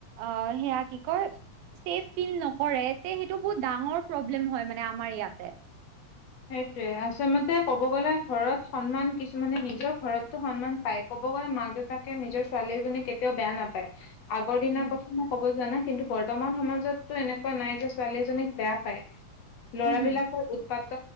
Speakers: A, on the right; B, on the left.
A: আহ সেয়া কি কয় - ছেভ ফিল নকৰে তে সেইটো বহুত ডাঙৰ প্ৰব্লেম হয় মানে আমাৰ ইয়াতে।
B: সেইটোৱে আচলমতে ক'ব গ'লে ঘৰত সন্মান কিছুমানে নিজৰ ঘৰতো সন্মান পায়। ক'ব গ'লে মাক দেউতাকে নিজৰ ছোৱালীজনী কেতিয়াও বেয়া নাপায়। পায়, আগৰ দিনৰ
A: উম।
B: কথা মই ক'ব যোৱা নাই কিন্তু বৰ্ত- বৰ্তমান সমাজততো এনেকুৱা নাই যে ছোৱালীজনীক বেয়া পায়, লৰা
A: উম, হম,
B: বিলাকৰ উৎপাত- ত